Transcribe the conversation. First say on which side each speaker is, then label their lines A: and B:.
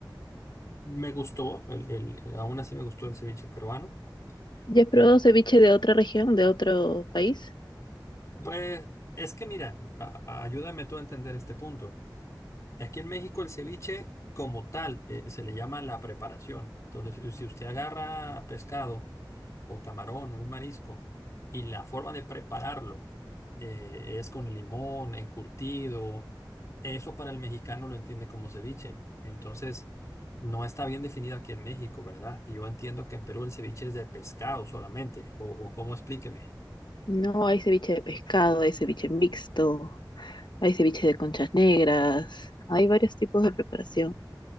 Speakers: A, on the left; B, on the left.
A: me gustó, el, el- el- aún así me gustó el ceviche peruano.
B: ¿Ya has probado
A: Y
B: ceviche de otra región, de otro país?
A: pues es que mira, a- a- ayúdame tú a entender este punto. Aquí en México el ceviche como tal eh, se le llama la preparación. Entonces, si usted agarra pescado o camarón o un marisco y la forma de prepararlo eh, es con limón, encurtido, eso para el mexicano lo entiende como ceviche. Entonces, no está bien definido aquí en México, ¿verdad? Yo entiendo que en Perú el ceviche es de pescado solamente, o, o cómo explíqueme.
B: No, hay ceviche de pescado, hay ceviche mixto, hay ceviche de conchas negras, hay varios tipos de preparación.